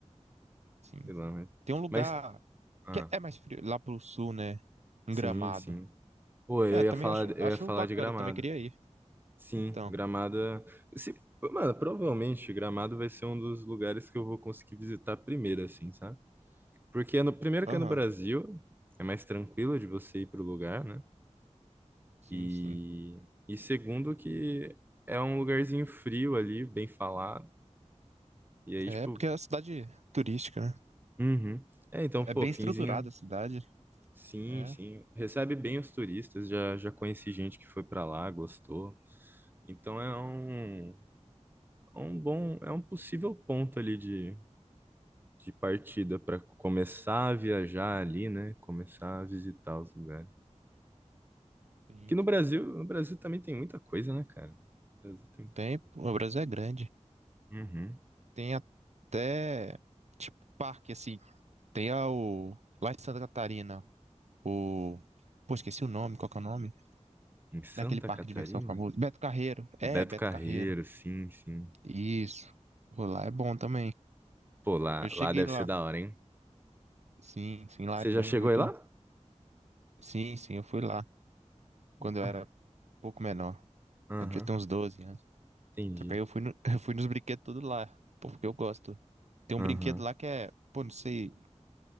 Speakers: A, on the right; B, on the right.
A: sim.
B: sei lá, mas,
A: Tem um lugar
B: mas ah,
A: que é mais frio, lá pro sul, né? Em
B: sim,
A: Gramado.
B: sim. Pô, eu
A: É,
B: ia
A: também
B: falar,
A: acho,
B: eu
A: acho
B: ia falar
A: bacana,
B: de Gramado.
A: também queria ir.
B: Sim,
A: Então,
B: Gramado, é, se, mano, provavelmente Gramado vai ser um dos lugares que eu vou conseguir visitar primeiro, assim, sabe? Porque é no, primeiro
A: aham,
B: que é no Brasil, é mais tranquilo de você ir pro lugar, né?
A: sim,
B: E,
A: sim.
B: e segundo que é um lugarzinho frio ali, bem falado. E aí,
A: É
B: tipo,
A: porque é uma cidade turística, né?
B: Uhum. É, então,
A: É
B: pô,
A: bem
B: Finzinho,
A: estruturada a cidade.
B: sim,
A: É.
B: sim, recebe bem os turistas, já, já conheci gente que foi pra lá, gostou. Então é um, é um bom, é um possível ponto ali de, de partida para começar a viajar ali, né? Começar a visitar os lugares.
A: Sim.
B: Que no Brasil, no Brasil também tem muita coisa, né, cara? No Brasil tem muita
A: Tem,
B: coisa.
A: o Brasil é grande.
B: Uhum.
A: Tem até, tipo, parque, assim. Tem a, o, lá em Santa Catarina, o... Pô, esqueci o nome, qual que é o nome?
B: Em Santa
A: Daquele parque
B: Catarina?
A: de diversão famoso. Beto Carreiro. É,
B: Beto
A: Beto
B: Carreiro,
A: Carreiro.
B: sim, sim.
A: Isso. Pô, lá é bom também.
B: Pô, lá,
A: Eu cheguei
B: lá deve
A: lá.
B: ser da hora, hein?
A: Sim, sim, lá
B: Você
A: é bem-
B: já chegou
A: muito...
B: aí lá?
A: Sim, sim, eu fui lá. Quando eu
B: Ah,
A: era um pouco menor.
B: Aham,
A: Eu devia ter uns 12 anos.
B: entendi.
A: Só que aí eu fui, no- <laughs> eu fui nos brinquedos tudo lá. Pô, porque eu gosto. Tem
B: Aham.
A: um brinquedo lá que é... Pô, não sei...